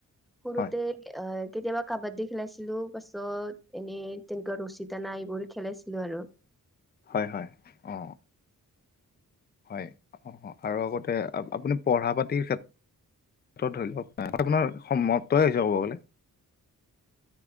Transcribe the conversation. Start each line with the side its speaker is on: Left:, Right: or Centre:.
Centre: সৰুতে
Left: হয়
Centre: এ কেতিয়াবা কাবাড্ডী খেলাইছিলো পাছত এনে তেনেকোৱা ৰছী টানা এইবোৰ খেলাইছিলো আৰু।
Left: হয় হয় অ হয় অ অ আৰু আগতে আ আপুনি পঢ়া পাতিৰ ক্ষে ত্ৰত ধৰি লওক আপোনাৰ সমাপ্তই হৈছে ক'ব গ'লে